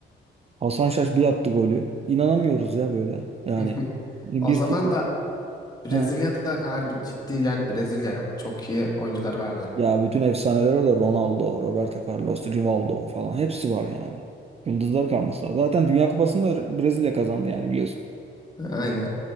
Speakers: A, on the right; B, on the left.
A: Hasan Şaş bir attı golü. İnanamıyoruz ya böyle. Yani
B: <laughs>
A: bir
B: O zaman
A: 0
B: da Brezilya'da
A: Hı.
B: harbi ciddi yani Brezilya çok iyi oyuncuları vardı.
A: Ya bütün efsaneler orada. Ronaldo, Roberto Carlos, Rivaldo falan. Hepsi var yani. Yıldızlar karmasına. Zaten Dünya Kupası'nı da Brezilya kazandı yani biliyorsun.
B: Aynen.